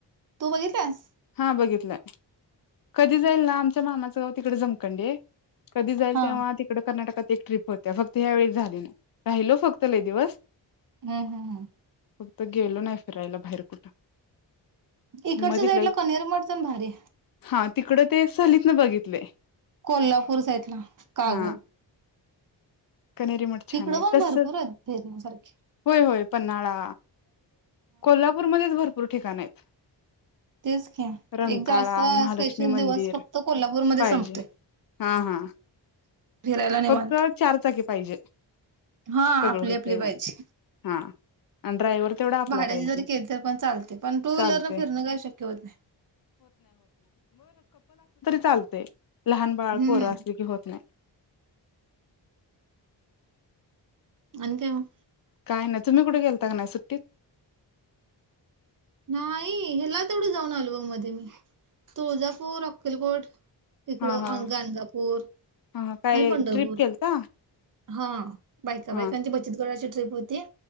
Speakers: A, on the right (about 45°); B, on the left (about 50°).
A: तू बघितल्यास.
B: हा बघितलंय कधी जाईल ना आमच्या मामाचं तिकडे जमकंडे. कधी जाईल
A: हा.
B: तेव्हा तिकडे कर्नाटकात <unintelligible> ट्रीप होत्या फक्त ह्या वेळीस झाली नाही राहिलो फक्त लय दिवस.
A: हम्म हम्म हम्म
B: फक्त गेलो नाही फिरायला बाहेर कुठं.
A: इकडच्या
B: मग तिथल्या
A: साईडला पनीर, मटन भारी
B: हा तिकड ते सहलीत न बघितले
A: कोल्हापूर साइडला कागल.
B: हा कनेरी मठ
A: तिकड
B: छान आहे
A: पण
B: तस
A: भरपूर आहेत ते देण्यासारखे.
B: होय होय पन्हाळा कोल्हापूरमध्येच भरपूर ठिकाण आहेत.
A: तेच की
B: रंकाळा
A: एकदा असा
B: महालक्ष्मी
A: असा स्पेशल
B: मंदिर
A: दिवस फक्त कोल्हापूरमध्ये
B: पाहिजे
A: संपतोय
B: हा हा
A: फिरायला
B: फक्त
A: निवांत
B: चार चाकी पाहिजे
A: हा
B: सगळं
A: आपली
B: होते
A: आपली
B: मग
A: पाहिजे.
B: हा आणि ड्रायव्हर तेवढा आपला
A: ज
B: पाहिजे
A: केली पण चालते पण टूव्हीलर
B: चालते
A: न फिरण काही शक्य होत नाही.
B: चालतय लहान बाळ
A: हम्म
B: पोरं असली की होत नाही.
A: अणि काय मग
B: काय नाही तुम्ही कुठं गेलता का नाही सुट्टीत?
A: नाही ह्याला तेवढं जाऊन आलोय मध्ये तुळजापूर अक्कलकोट इकडं
B: हा हा
A: गाणगापूर,
B: हा हा काय
A: आणि पंढरपूर.
B: ट्रिप केलता
A: हा बायका
B: हा
A: बायकांची बचत गट कशी ट्रीप होती?